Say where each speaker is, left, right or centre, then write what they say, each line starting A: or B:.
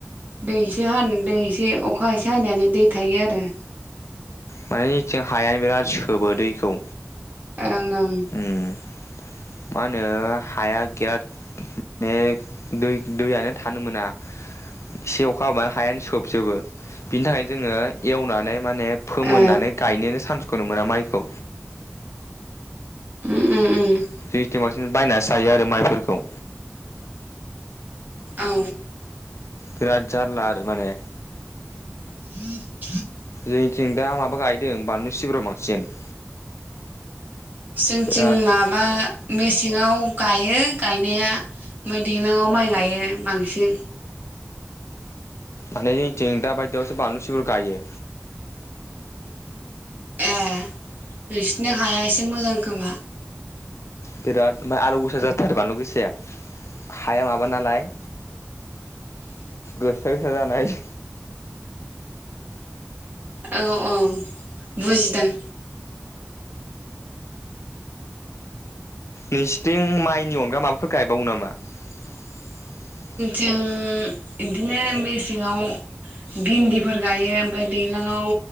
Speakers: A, on the right (about 40°); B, on the left (about 75°).
A: दै इसे हान दै इसे अखा इसे हानायानो दै थायो आरो
B: माने इथिं हायानो बिराद सोबो दैखौ
A: आरो ओं
B: उम मा होनो हाया गेराद माने दै दैयानो थानो मोना एसे अखा हाबानो हायानो सोबजोबो बिनि थाखाय जोङो एवनानै माने फोमोननानै
A: ए
B: गायनोनो चानसखौनो मोना माइखौ
A: उम उम उम
B: जोंनिथिं बांसिन बायनासो जायो आरो माइफोरखौ
A: औ
B: बिराद जारला आरो माने
A: <unintelligible>
B: जोंनिथिं दा माबा गायदों बानलु सिब्र बांसिन <inaudible>
A: जोंथिं
B: बिराद
A: माबा मेसेङाव गायो गायनाया ओमफाय दैलाङाव माइ गायो बांसिन
B: माने जोंथिं दा बायदियावसो बानलु सिब्र गायो
A: ए नोंसिनि हाया एसे मोजां खोमा
B: बिराद ओमफाय आलौ गोसा जाथारो बानलु गोसाया हाया माबा नालाय गोसा गोसा जाना होयो
A: औ औ बुजिदों
B: नोंसिथिं इं माइनि अनगा माबाफोर गायबावो नामा <inaudible>
A: इं इदिनो मेसेङाव भिन्दिफोर गायो ओमफाय दैलाङाव